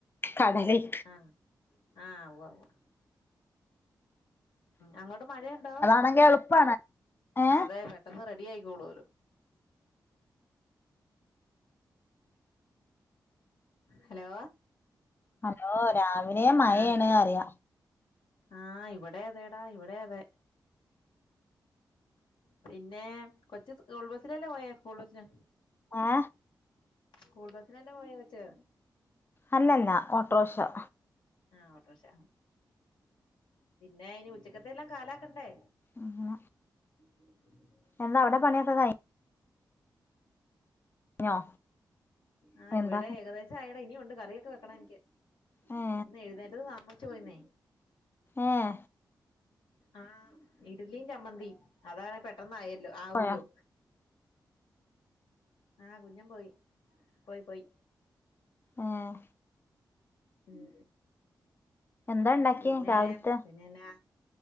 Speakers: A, on the left (about 25°); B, on the left (about 70°).
A: കടലേം
B: ആഹ് ആഹ് ഉവ്വ ഉവ്വ അങ്ങോട്ട് മഴയുണ്ടോ
A: നല്ല എളുപ്പാണ് ഏ
B: അതെ പെട്ടെന്ന് റെഡി ആയിക്കോളൂലോ ഹലോ
A: ഹലോ രാവിലേ മയയാണ്
B: ആഹ്
A: പറയ
B: ആഹ് ഇവിടെ അതെേടാ ഇവിടെ അതെ പിന്നേ കൊച്ച് സ്കൂൾ ബസിലല്ലേ പോയേ സ്കൂൾ ബസിന്
A: ഏ
B: സ്കൂൾ ബസിനല്ലേ പോയേ കൊച്ച്
A: അല്ലല്ല ഓട്ടോറിക്ഷ
B: ആഹ് ഓട്ടോറിക്ഷ പിന്നെ ഇനി ഉച്ചക്കത്തെ എല്ലാം കാലാക്കണ്ടേ
A: ആഹ്
B: <unintelligible>
A: എന്താ അവിടെ പണിയൊക്കെ കഴി കഴിഞ്ഞോ
B: ആഹ്
A: എന്താ
B: ഇവിടെ ഏകദേശം ആയെടാ ഇനിയൊണ്ട് കറിയൊക്കെ വെക്കണം എനിക്ക്
A: ഏ
B: ഇന്ന് എഴുന്നേറ്റത് താമസിച്ചു പോയെന്നേ
A: ഏഹ്
B: ആ ഇഡലിയും ചമ്മന്തിയും അതാണെ പെട്ടന്നായല്ലോ ആവൂലോ
A: പോയോ
B: ആഹ് കുഞ്ഞൻ പോയി പോയി പോയി
A: ഏഹ്
B: ഉം
A: എന്താ ഇണ്ടാക്കിയെ
B: പിന്നെ
A: രാവിലത്തെ
B: പിന്നെന്നാ